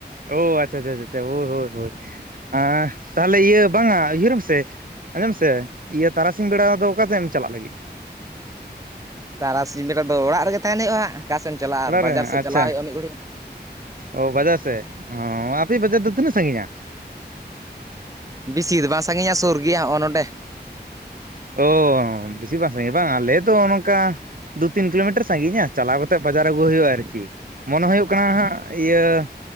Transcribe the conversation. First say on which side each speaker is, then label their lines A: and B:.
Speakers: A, on the right; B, on the right.
A: ᱳ ᱟᱪᱪᱷᱟ ᱟᱪᱪᱷᱟ ᱟᱪᱪᱷᱟ ᱦᱳᱭ ᱦᱳᱭ ᱦᱳᱭ ᱟᱸ ᱛᱟᱦᱚᱞᱮ ᱤᱭᱟᱹ ᱵᱟᱝᱼᱟ ᱩᱭᱦᱟᱹᱨ ᱢᱮᱥᱮ, ᱟᱸᱡᱚᱢ ᱢᱮᱥᱮ ᱤᱭᱟᱹ ᱛᱟᱨᱟᱥᱤᱧ ᱵᱮᱲᱟ ᱫᱚ ᱚᱠᱟ ᱛᱮᱢ ᱪᱟᱞᱟᱜ ᱞᱟᱹᱜᱤᱫ?
B: ᱛᱟᱨᱟᱥᱤᱧ ᱵᱮᱲᱟ ᱫᱚ ᱚᱲᱟᱜ ᱨᱮᱜᱮ ᱛᱟᱦᱮᱱ ᱦᱩᱭᱩᱜᱼᱟ ᱦᱟᱸᱜ, ᱚᱠᱟ ᱥᱮᱫ ᱪᱟᱞᱟᱜᱼᱟ ᱟᱨ
A: ᱚᱲᱟᱜ
B: ᱵᱟᱡᱟᱨ
A: ᱨᱮ
B: ᱥᱮᱫ
A: ᱟᱪᱪᱷᱟ
B: ᱪᱟᱞᱟᱜ
A: ᱾
B: ᱦᱩᱭᱩᱜᱼᱟ ᱢᱤᱫ ᱜᱷᱟᱹᱲᱤᱡ
A: ᱚ ᱵᱟᱡᱟᱨ ᱥᱮᱫ ᱚ ᱟᱯᱮᱭᱟᱜ ᱵᱟᱡᱟᱨ ᱫᱚ ᱛᱤᱱᱟᱹᱜ ᱥᱟᱺᱜᱤᱧᱼᱟ?
B: ᱵᱮᱥᱤ ᱫᱚ ᱵᱟᱝ ᱥᱟᱺᱜᱤᱧᱼᱟ ᱥᱩᱨ ᱜᱮᱭᱟ ᱦᱚᱜᱼᱚ ᱱᱚᱰᱮ᱾
A: ᱳᱻ ᱵᱤᱥᱤ ᱵᱟᱝ ᱥᱟᱺᱜᱤᱧᱼᱟ ᱵᱟᱝ ᱟᱞᱮ ᱫᱚ ᱱᱚᱜᱼᱚ ᱱᱚᱝᱠᱟ ᱫᱩ ᱛᱤᱱ ᱠᱤᱞᱳ ᱢᱤᱴᱟᱨ ᱥᱟᱺᱜᱤᱧᱼᱟ ᱪᱟᱞᱟᱣ ᱠᱟᱛᱮᱫ ᱵᱟᱡᱟᱨ ᱟᱹᱜᱩ ᱦᱩᱭᱩᱜᱼᱟ ᱟᱨᱠᱤ ᱾ ᱢᱚᱱᱮ ᱦᱩᱭᱩᱜ ᱠᱟᱱᱟ ᱦᱟᱸᱜ ᱤᱭᱟᱹ